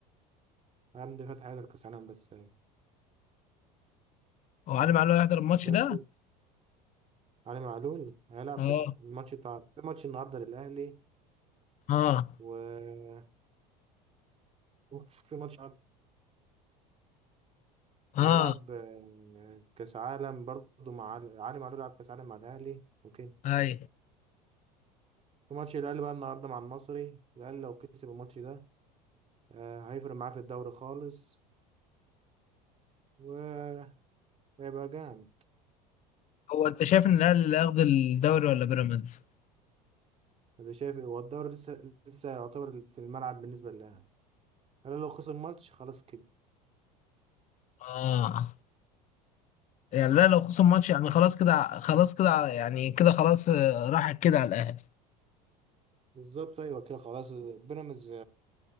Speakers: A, on the right; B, on the left.
A: حمدي فتحي هيقدر كاس عالم بس هي.
B: هو علي معلول هيحضر الماتش
A: بس
B: ده
A: علي معلول هيلعب
B: اه
A: كاس الماتش بتاع في ماتش النهارده للاهلي
B: اه
A: و في ماتش
B: اه
A: هيلعب آه، كاس عالم برضه مع علي علي معلول لعب كاس عالم مع الاهلي اوكي
B: اي
A: في ماتش الاهلي بقى النهارده مع المصري الاهلي لو كسب الماتش ده آه، هيفرق معاه في الدوري خالص و- وهيبقى جامد
B: هو انت شايف ان الاهلي اللي هياخد الدوري ولا بيراميدز
A: اللي شايف هو الدوري لسه لسه يعتبر في الملعب بالنسبه للاهلي الاهلي لو خسر الماتش خلاص كده
B: اه يعني لا لو خسر الماتش يعني خلاص كده خلاص كده يعني كده خلاص آه، راحت كده على الاهلي
A: بالظبط ايوه كده خلاص بيراميدز